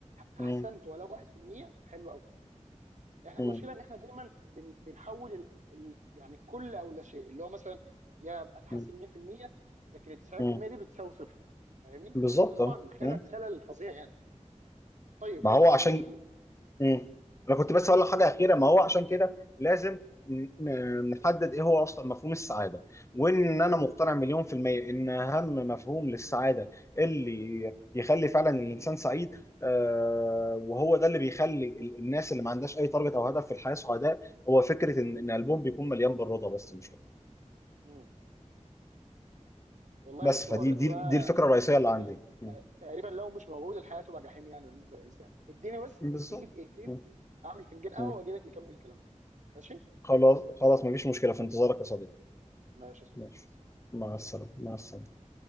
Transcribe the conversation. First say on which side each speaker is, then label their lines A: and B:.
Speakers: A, on the right (about 75°); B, on the left (about 25°).
A: تحسنت
B: م-
A: ولو 1% حلو قوي احنا
B: م-
A: المشكله ان احنا دايما بن... بنحول ال... ال... يعني كل او لا شيء اللي هو مثلا يا ابقى اتحسن
B: م-
A: 100% لكن ال 90%
B: م-
A: دي بتساوي صفر فاهمني
B: بالظبط
A: وده طبعا
B: اه
A: خلل
B: م.
A: خلل فظيع يعني طيب
B: ما
A: بص
B: هو
A: يا صديقي
B: عشان م. انا كنت بس
A: الدي...
B: اقول لك حاجه اخيره ما هو عشان كده لازم ن- ن- نحدد ايه هو اصلا مفهوم السعاده وان انا مقتنع مليون في المية ان اهم مفهوم للسعاده اللي يخلي فعلا الانسان سعيد آه، وهو ده اللي بيخلي ال- الناس اللي ما عندهاش اي تارجت او هدف في الحياه سعداء هو فكره ان ان قلبهم بيكون مليان بالرضا بس مش
A: مم. والله
B: بس
A: بص
B: فدي
A: هو الرضا
B: دي
A: ده
B: دي الفكره الرئيسيه اللي عندي
A: ت- ت-
B: م.
A: تقريبا لو مش موجود الحياه تبقى جحيم يعني بالنسبه للانسان اديني بس
B: بالظبط
A: اديني دقيقتين
B: م.
A: اعمل فنجان قهوه
B: م.
A: واجي لك نكمل كلامنا ماشي
B: خلاص خلاص مفيش مشكله في انتظارك يا صديقي
A: ماشي يا صديقي
B: ماشي
A: مع السلامه
B: مع السلامه مع السلامه